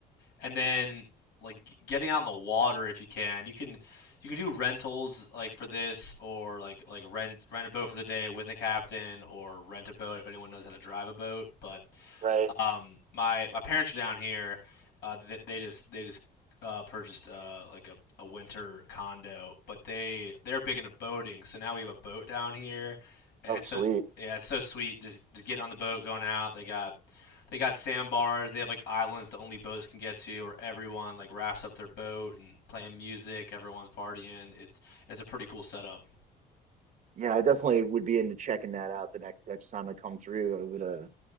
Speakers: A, on the left; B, on the right.
A: and then like getting out in the water if you can. You can you can do rentals like for this or like like rent rent a boat for the day with a captain or rent a boat if anyone knows how to drive a boat. But
B: right.
A: um, my my parents are down here. Uh, they, they just they just uh, purchased uh, like a, a winter condo, but they they're big into boating. So now we have a boat down here, and
B: Oh,
A: it's
B: sweet.
A: a yeah, it's so sweet. Just, just get on the boat, going out. They got they got sandbars. They have like islands that only boats can get to, where everyone like wraps up their boat and playing music. Everyone's partying. It's it's a pretty cool setup.
B: Yeah, I definitely would be into checking that out the next next time I come through. I would, uh,